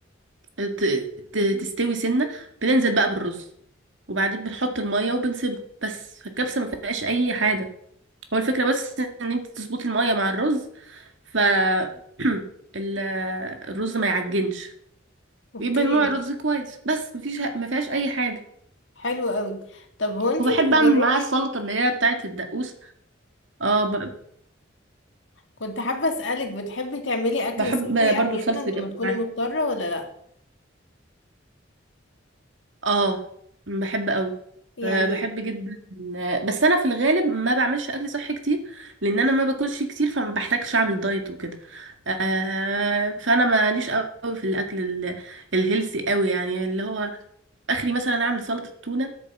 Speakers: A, on the right (about 75°); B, on the left (about 70°).
A: ت- ت- تستوي سنة بننزل بقى بالرز وبعدين بنحط المية وبنسيبه بس فالكبسة ما فيهاش أي حاجة هو الفكرة بس إن انت تظبطي المية مع الرز ف <clears throat> ال- الرز ما يعجنش
B: اوكي
A: يبقى نوع الرز كويس بس مفيش ما فيهاش أي حاجة
B: حلو قوي طب هو انتي
A: وبحب
B: بتجربي
A: أعمل معاه السلطة اللي هي بتاعة الدقوس اه ب-
B: كنت حابة اسألك بتحبي تعملي اكل
A: بحب
B: صحي
A: برضو
B: احيانا
A: صلصة الجزر
B: لما تكوني مضطرة ولا لا
A: اه بحب قوي
B: يعني
A: آه، بحب جدا آه، بس انا في الغالب ما بعملش اكل صحي كتير لان انا ما باكلش كتير فما بحتاجش اعمل دايت وكده آه فانا ماليش قوي في الاكل ال- الهيلثي قوي يعني اللي هو اخري مثلا اعمل سلطة تونة